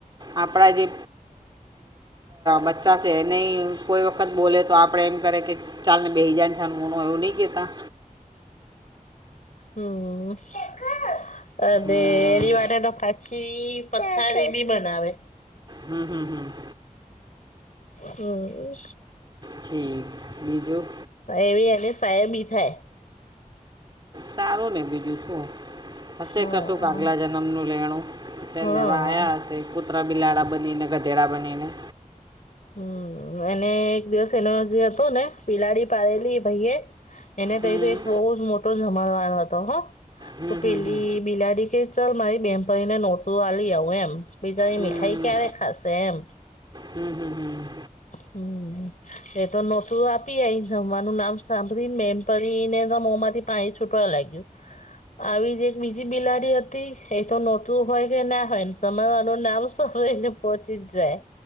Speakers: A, on the right (about 30°); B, on the left (about 65°).
A: આપણા જે બચ્ચા છે એને કોઈ વખત બોલે તો આપણે એમ કરે કે ચાલ ને બેહીજા ને છાનો માનો એવું નહીં ક હા.
B: હમ <unintelligible>
A: હમ
B: પછી પથારી બી બનાવે.
A: હમ, હમ, હમ.
B: હમ.
A: ઠીક બીજું?
B: એવી અને સાહેબ બી થાય.
A: સારું ને બીજું શું. હશે
B: હા
A: કશું આગલા જન્મનું લેણું તે
B: હા.
A: લેવા આયા હશે. કૂતરા, બિલાડા બનીને ગધેડા બનીને.
B: હમ એને એક દિવસ એનો જે હતો ને બીલાડી પાડેલી ભાઈ એ એને
A: હમ
B: તઈ તો એક બહુ જ મોટો જમાનવાર હતો હો
A: હમ
B: તો પેલી
A: હમ
B: બિલાડી કે ચાલ મારી બેમપરીને નોતરું આલી આવુ એમ બિચારી
A: હમ હમ
B: મીઠાઈ ક્યારે
A: હમ
B: ખાશે એમ.
A: હમ, હમ, હમ.
B: હમ એ તો નોતરું આપી આઈ જમવાનું નામ સાંભળીને બેનપરીને મો માંથી પાણી છૂટવા લાગ્યું. આવી જ એક બીજી બિલાળી હતી એ તો નોતરું હોય કે ના હોય જમાનું નામ સાંભળીને એને પોચીસ જાય.